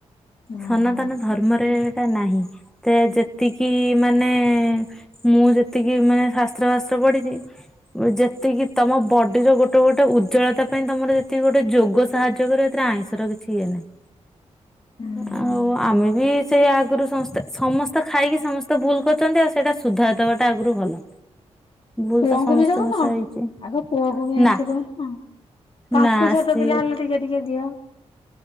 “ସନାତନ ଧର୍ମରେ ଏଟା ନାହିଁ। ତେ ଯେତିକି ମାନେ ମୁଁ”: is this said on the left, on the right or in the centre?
Centre